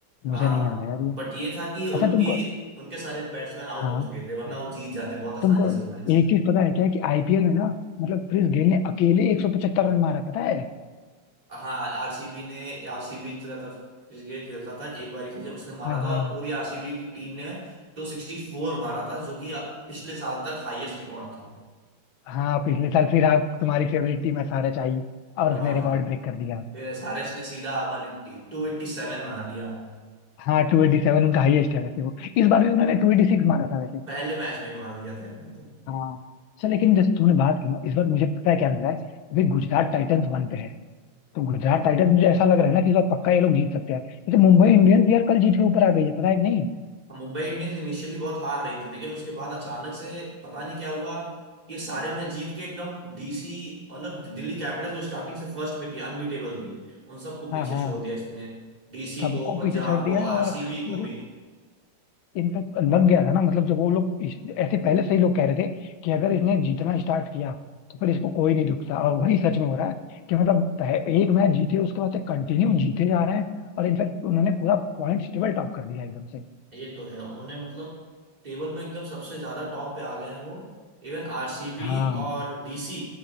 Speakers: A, on the right; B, on the left.
A: हाँ
B: मुझे नहीं याद है यार ये
A: बट ये था कि उनकी
B: अच्छा तुमको
A: उनके सारे बैट्समैन आउट
B: हाँ
A: हो चुके थे वरना वो जीत जाते बहुत आसानी
B: तुमको
A: से वो मैच
B: एक चीज पता है क्या कि आईपीएल में ना मतलब क्रिस गेल ने अकेले 175 रन मारा पता है
A: हाँ आरसीबी ने आरसीबी की तरफ क्रिकेट खेलता था एक बारी थी जब उसने मारा
B: हाँ
A: था
B: हाँ
A: और पूरी आरसीबी की टीम ने 264 मारा था जो कि पिछले साल तक हाईएस्ट रिकॉर्ड था
B: हाँ पिछले साल फिर आप तुम्हारी फेवरेट टीम है सारे आई और
A: हाँ
B: उसने रिकॉर्ड ब्रेक कर दिया
A: फिर एसआरएच ने सीधा 180 287 मार दिया
B: हाँ टू एटी सेवन उनका हाईएस्ट है वैसे वो इस बार भी उन्होंने टू एटी सिक्स मारा था वैसे
A: पहले मैच में ही मार दिया था इतना तो
B: हाँ अच्छा लेकिन जैसे तुमने बात की ना इस बार मुझे पता है क्या लग रहा है अभी गुजरात टाइटंस वन पे है तो गुजरात टाइटंस मुझे ऐसा लग रहा है ना कि इस बार पक्का ये लोग जीत सकते हैं जैसे मुंबई इंडियंस यार कल जीत के ऊपर आ गई है पता है कि नहीं
A: मुंबई इंडियंस इनिशियली बहुत हार रही थी लेकिन उसके बाद अचानक से पता नहीं क्या हुआ कि सारे मैच जीत के एकदम डीसी मतलब दिल्ली कैपिटल्स जो स्टार्टिंग से फर्स्ट पे थी अनबीटेबल थी उन सबको पीछे
B: हाँ हाँ
A: छोड़ दिया इसने डीसी
B: सबको
A: को पंजाब
B: पीछे छोड़ दिया
A: को
B: है और
A: आरसीबी को
B: मतलब
A: भी
B: इनफैक्ट लग गया था ना मतलब जब वो लोग इस- ऐसे पहले से ही लोग कह रहे थे कि अगर इसने जीतना स्टार्ट किया तो फिर इसको कोई नहीं रुक सकता और वही सच में हो रहा है कि मतलब पह- एक मैच जीते उसके बाद से कंटिन्यू जीते जा रहे हैं और इनफैक्ट उन्होंने पूरा पॉइंट टेबल टॉप कर दिया एकदम से
A: ये तो है उन्होंने मतलब टेबल में एकदम सबसे ज्यादा टॉप पे आ गए हैं वो इवन आरसीबी
B: हाँ
A: और डीसी